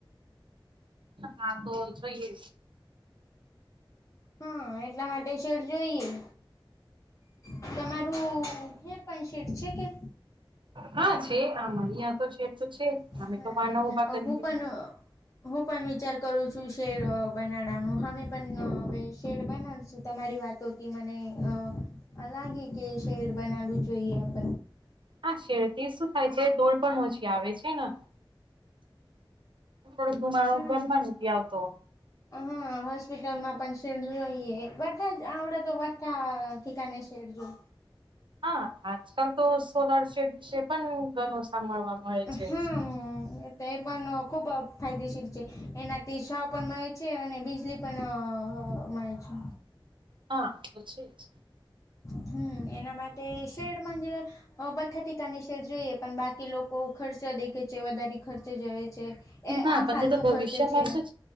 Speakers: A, on the right; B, on the left.
A: હા તો જોઈએ
B: હા એટલા માટે શેડ જોઈએ તમારું હેર પણ શેર છે કે
A: હા છે આમાં અિયાં તો છે તો છે
B: હા
A: અમે તો વાના ઉભા કરીએ
B: હું પણનું હું પણ વિચાર કરું છું શેડ બનાડવાનું હવે પણ હવે શેડ બનાડશું તમારી વાતોથી મને અ લાગે કે શેર બનાવું જોઈએ આપ
A: હા શેરતી શું થાય છે ધૂળ પણ ઓછી આવે છે ને થોડો ધુમાડો
B: હા
A: ઘરમાં નથી આવતો
B: હા હોસ્પિટલમાં પણ શેરઈએ બધા જ આવડ તો બા ઠિકાને શેડજો
A: હા આજકાલ તો સોલાર સેડ વિશે પણ ઘણું સાંભળવા મળે છે
B: હમ એ તો એ પણ ખૂબ ફાયદેશીર છે એનાથી છવ પણ મળે છે અને બીજ એલી પણ મળ છે
A: હા ખ છેી જ
B: હમ એના માટે શેડ બથા ટકાની શેડ જોઈએ પણ બાકી લોકો બહ ખર્ચ દેખે છે વધારે ખર્ચે જાય છે
A: જ
B: એ
A: ના
B: આ
A: પણ
B: ફાલતુ
A: તે તો ભવિષ્યમાં
B: ખર્ચે છે
A: શું